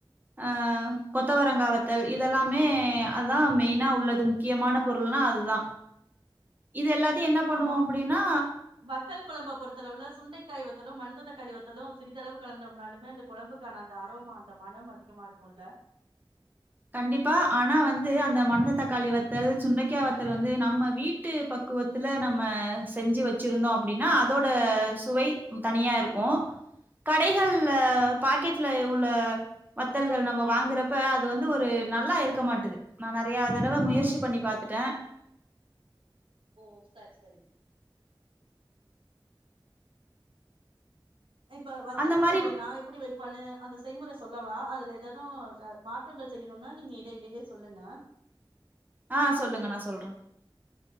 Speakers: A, on the right; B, on the right.
A: அ கொத்தவரங்கா வத்தல் இதெல்லாமே அதா மெய்னா உள்ளது முக்கியமான பொருள்னா அதுதா இது எல்லாத்தையு என்ன பண்ணுவோ
B: ஆமா
A: அப்டின்னா
B: வத்தல் குழம்ப பொருத்தளவுல சுண்டைக்காயி வத்தலு மனத்து தக்காளி வத்தலு சிறிதளவு கலந்தோம்னாலுமே அது கொழம்புக்கான அந்த அரோமா அந்த மனம் அதிகமா இருக்குல்ல
A: கண்டிப்பா ஆனா வந்து அந்த மனத்து தக்காளி வத்தல் சுண்டைக்கா வத்தல் வந்து நம்ம வீட் வீட்டு பக்குவத்துல நம்ம செஞ்சு வச்சிருந்தோ அப்டின்னா அதோட சுவை ம்ம தனியா இருக்கோ கடைகள்ல பாக்கெட்ல உள்ள வத்தல்கள் நம்ம வாங்குறப்ப அத் இது வந்து ஒரு நல்லா இருக்க மாட்டுது நா நெறைய தடவ முயற்சி
B: ஆமா.
A: பண்ணி பாத்துட்ட
B: ஓ சரி சரி இப்ப வத்தல்
A: அந்த
B: குழம்பு
A: மாரி
B: நா எப்டி வைப் பண்ணு அந்த செய்முறை சொல்லவா அதுல ஏதேனு மாற்றங்கள் செய்யணுனா நீங்க இடையிடையே சொல்லுங்க
A: ஆ சொல்லுங்க நா சொல்ற